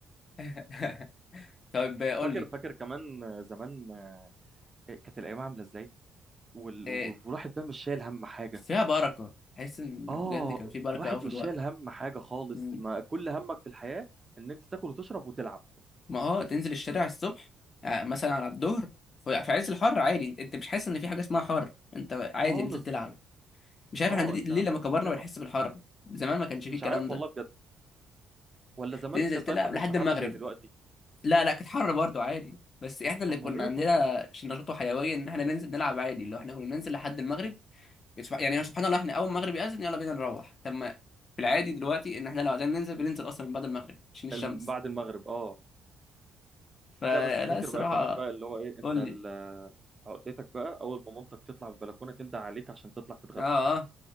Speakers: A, on the left (about 45°); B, on the right (about 25°).
A: <laughs> طيب قول
B: فاكر
A: لي
B: فاكر كمان زمان آه، كانت الايام عامله ازاي وال-
A: آه،
B: والواحد بقى مش شايل هم حاجه
A: فيها بركة حاسس ان بجد
B: اه
A: كان في بركة
B: الواحد
A: قوي في
B: مش
A: الوقت
B: شايل هم حاجه خالص
A: مم.
B: ما كل همك في الحياه ان انت تاكل وتشرب وتلعب
A: ما اه تنزل الشارع الصبح آه، مثلا على الظهر ف- في عز الحر عادي انت أنت مش حاسس ان في حاجة اسمها حر انت
B: خالص
A: عادي نزل تلعب مش عارف
B: اه
A: احنا دي-
B: انت
A: ليه
B: همك
A: لما كبرنا
B: ان انت تلعب
A: بنحس بالحر زمان ما كانش فيه
B: مش
A: الكلام
B: عارف
A: ده
B: والله بجد ولا زمان
A: تنزل
B: كان
A: تلعب
B: طيب ما كانش
A: لحد
B: حر
A: المغرب
B: زي دلوقتي
A: لا لا كانت حر برضو عادي بس احنا اللي
B: امال
A: كنا
B: ايه
A: عندنا
B: طيب
A: ش- نشاط وحيوية ان احنا ننزل نلعب عادي لو احنا كنا ننزل لحد المغرب سبح- يعني سبحان الله احنا اول ما المغرب يأذن يلا بينا نروح طب ما في العادي دلوقتي ان احنا لو عايزين ننزل بننزل اصلا من بعد المغرب عشان الشمس
B: الم- بعد المغرب اه
A: فلا
B: لا بس فاكر
A: الصراحه
B: بقى كمان بقى اللي هو ايه انت
A: قول
B: ال-
A: لي
B: عقدتك بقى اول ما مامتك تطلع من البلكونه تندى عليك عشان تطلع تتغدى
A: اه اه